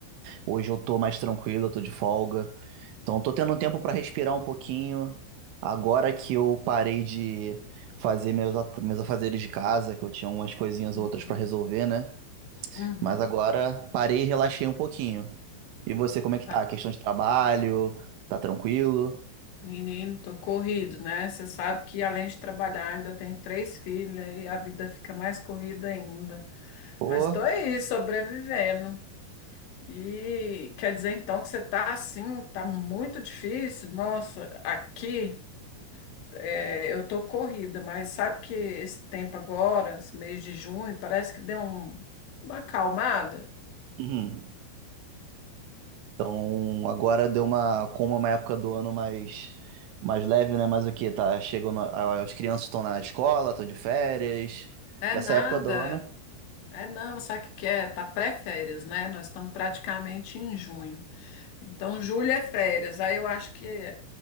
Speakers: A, on the right; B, on the left.
A: Hoje eu tô mais tranquilo, eu tô de folga. Então, eu tô tendo um tempo pra respirar um pouquinho. Agora que eu parei de fazer meus, at- meus afazeres de casa, que eu tinha umas coisinhas
B: Uhum.
A: ou outras pra resolver, né?
B: Uhum.
A: Mas agora parei e relaxei um pouquinho. E você, como é que
B: Tá.
A: tá? A questão de trabalho? Tá tranquilo?
B: Menino, tô corrido, né? Você sabe que além de trabalhar, ainda tenho três filhas e a vida fica mais corrida ainda.
A: Pô.
B: Mas tô aí, sobrevivendo. E quer dizer então que você tá assim, tá muito difícil? Nossa, aqui. é, eu tô corrida, mas sabe que esse tempo agora, esse mês de junho, parece que deu um- uma acalmada.
A: Uhum. Então agora deu uma, como é uma época do ano mais, mais leve, né? Mas o que? Tá, chegam, na- as crianças estão na escola, estão de férias.
B: É
A: Que
B: nada,
A: essa época do ano,
B: é não, sabe o que que é? Tá pré-férias, né? Nós estamos praticamente em junho. Então, julho é férias, aí eu acho que